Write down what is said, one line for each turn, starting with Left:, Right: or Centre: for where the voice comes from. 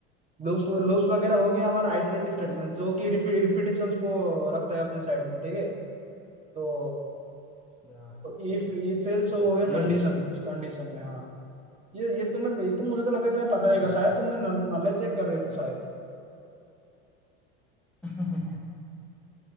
Right: लूप्स लूप्स वगैरह हो गया हमारा आइटरेटिव स्टेटमेंट्स
Centre: वाइल
Right: जो कि रिपीटेशंस को रखता है अपने साइड में ठीक है तो
Centre: या
Right: इफ इफ एल्स हो
Centre: ओके
Right: गया कंडीशंस कंडीशन में हाँ ये ये तुम्हें ये तो मुझे तो लगता है तुम्हें पता होगा
Centre: नहीं
Right: शायद तुम मैं नॉलेज चेक कर रहे थे शायद
Centre: <laughs>